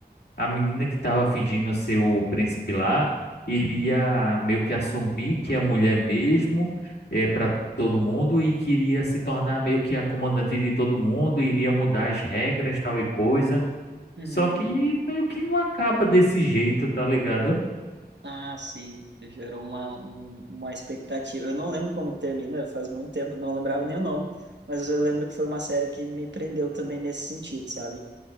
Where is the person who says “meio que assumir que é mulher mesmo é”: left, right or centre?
Left